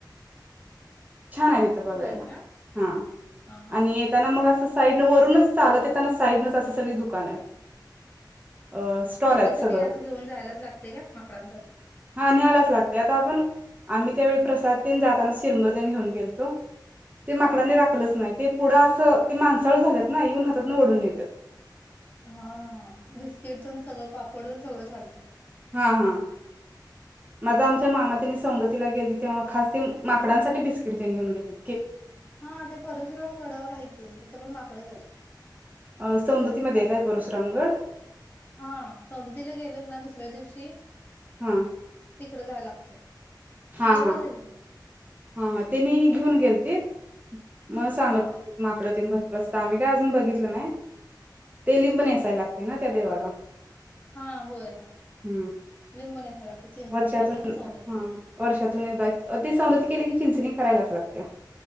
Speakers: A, on the right; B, on the left.
A: छान आहे तिथं बघायला
B: होय का?
A: हा
B: हा हा
A: आणि
B: हा
A: येताना मग अस साईड न वरूनच चालत येताना साईडनच असं सगळी दुकान आहेत अ स्टॉल
B: त्यांच्यासाठी
A: आहेत सगळं
B: काय तर घेऊन जायलाच लागते का माकडांसाठी
A: हा निहालाच लागतय आता आपण आम्ही त्यावेळी प्रसादन जातानाच शिरमूरतेने घेऊन गेलतो ते माकडाने
B: हा
A: राकलंच नाही ते पुढं असं ते माणसाळ झाल्यात ना इवन हातातून ओढून येतात
B: हा बिस्किट पण सगळं पापड पण सगळं चालते
A: हा हा मझमच मामा त्यांनी सौंदतीला गेलतीत तेव्हा खास ते माकडांसाठी बिस्किट तनी घेऊन घेलतील
B: हा ते परशुराम गडावर आहे की तिथं पण माकडच आहेत
A: अ सौंदतीमध्येध्ये आहे काय परशुरामगड
B: हा सौंदतीला गेल ना दुसऱ्या दिवशी
A: हा
B: तिकडं जाय लाग ओके
A: हा
B: जवळच
A: हा
B: आहेतिथं न
A: हा हा त्यांनी घेऊन गेलतीत मग सांगत
B: हा
A: माकड तेन भरूरचं आम् काय बघ नाही ते लिंब नेसायला लागते. ना त्या देवाला
B: हा होय
A: ह
B: लिंबन यायला लागतंय चिंचणीत
A: वर्षातून
B: आणि सौंदतीवर.
A: हा वर्षातून एकदा ते सज चिंच करायलाच लागते.